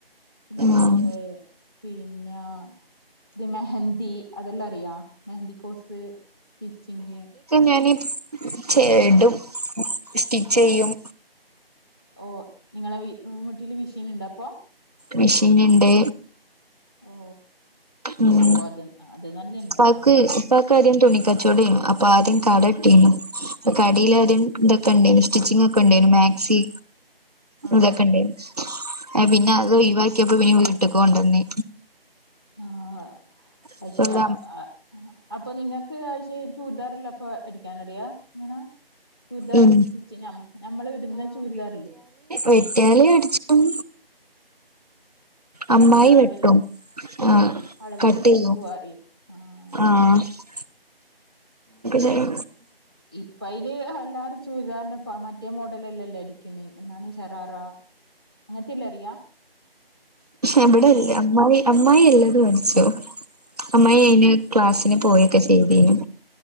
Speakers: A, on the right; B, on the right.
A: പിന്നെ
B: ആഹ്
A: ഏ പിന്നെ ഇത് മെഹന്ദതി അതെല്ലാം അറിയാ മെഹന്ദതി കോഴ്സ് സ്റ്റിച്ചിങ്
B: ഞാനെ ച എടും സ്റ്റിച്ച് ചെയ്യും
A: ഓ നിങ്ങളെ വി വിട്ടില് വിഷീൻ ഉണ്ടോ അപ്പൊ
B: മെഷീൻ ഇണ്ട്
A: ഓ
B: ഉം
A: അപ്പൊ അത് അത് നല്ലന്നെ
B: പക്ക്
A: ആഹ്
B: ഇപ്പ എക്ക് ആത്യം തുണിക്കച്ചോട ആയിരുന്നു അപ്പൊ ആദ്യം കട ഇട്ടീരുന്നു അപ്പ കടയില്
A: ഓ
B: ആദ്യം ഇതൊക്ക ണ്ടായിരുന്നു. സ്റ്റിച്ചിങ് ഒക്കെ ഉണ്ടായിരുന്നു മാക്സി
A: ആഹ്
B: ഇതൊക്കെ ഉണ്ടായിരുന്നു എ പിന്നെ അത് ഒഴിവാക്കിയപ്പോ പിന്നെ വീട്ടക്ക് കൊണ്ടന്നെ
A: ആഹ പക്ഷെ
B: ഇപ്പ ഇവിടെ
A: ആ ആഹ് അപ്പൊ നിങ്ങക്ക് ആശ ചൂരിദാറല്ലോ അപ്പൊ അടിക്കാൻ അറിയോ എങ്ങനാ ചുരിദാ
B: ഉം
A: സ്റ്റിച്ച് നമ്മള് ഇടുന്ന ചുരിദാർ ഇല്ലേ
B: വെറ്റാലി അടിച്ച് ട്ടും. അമ്മായി
A: അതിന്റെ അളവല്ല
B: വെട്ടും ആഹ്.
A: അളവെല്ലാം
B: കട്ടെയും
A: ശരിക്കും അറിയും ആഹ് അങ്ങനെ
B: ആഹ്. <unintelligible> ഹ്മ്.
A: ഇപ്പയ്ൽ ഹ് എല്ലാരും ചൂതാർണ്ടെപ്പ മറ്റേ മോഡലല്ലെല്ലേ അട്. ക്കെന്നെ എന്നാന്ന് ശറാറാ അങ്ങൻത്തെല്ല അർയാ.
B: ഇവ്ടെല്ല അമ്മായി അമ്മായി എല്ലതും അടിച്ചും അമ്മായി
A: ആഹ്
B: അയ്ന് ക്ലാസ്. ന് പോയൊക്കെ ചെയ്തിനു